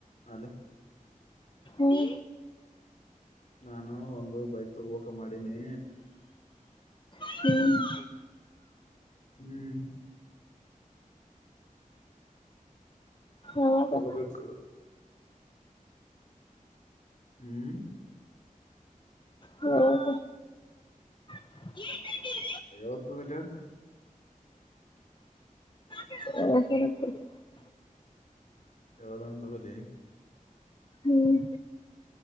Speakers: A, on the left; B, on the left.
A: ಅಲೋ.
B: ನೀ
A: ನಾನು ಒಂದು ಬೈಕ್ ತಗೋಬೇಕ ಮಾಡೀನಿ
B: ಹ್ಮ್
A: ಹ್ಮ್
B: ಯಾವಾಗಾ
A: ತಗೋಬೇಕು ಹ್ಮ್
B: ಹೋಗ <inaudible>
A: ಯಾವತ್ತ ಹೋಗಣ್ಯ.
B: ಹ <unintelligible>
A: ಯಾವದ ಒಂದು ತಗೋಳಿ
B: ಹ್ಮ್